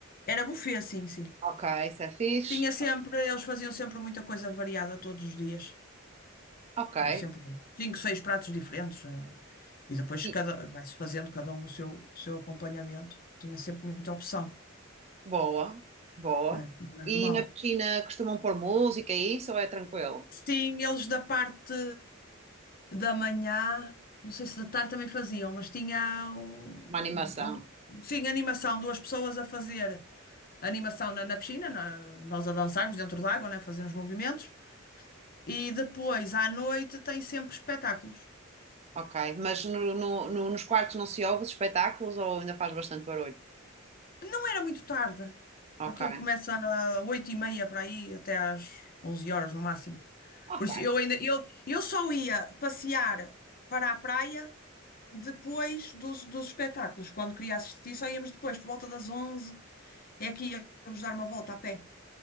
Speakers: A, on the left (about 45°); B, on the right (about 30°).
A: Era buffet, sim, sim.
B: Ok, isso é fixe.
A: Tinha sempre, eles faziam sempre muita coisa variada todos os dias.
B: Ok.
A: Tinha sempre um, cinco, seis pratos diferentes. ah, e depois
B: E-
A: cada, vai-se fazendo cada um o seu, o seu acompanhamento. Tinha sempre muita opção,
B: boa, boa.
A: né? Não era
B: E
A: mau.
B: na piscina costumam pôr música e isso ou é tranquilo?
A: Sim, eles da parte. da manhã, não sei se de tarde também faziam, mas tinha um,
B: Uma animação.
A: um- sim, animação, duas pessoas a fazer animação na, na piscina, na- nós a dançarmos dentro da água, né, fazermos movimentos, e depois à noite tem sempre espetáculos.
B: Ok. Mas no- no- no- nos quartos não se ouve os espetáculos ou ainda faz bastante barulho?
A: Não era muito tarde,
B: Ok.
A: aquilo começa às oito e meia para aí, até às 11 horas no máximo.
B: Ok.
A: Por isso eu ainda, eu, eu só ia passear para a praia depois dos, dos espetáculos, quando queria assistir, só íamos depois, por volta das 11. É aqui, vamos dar uma volta a pé.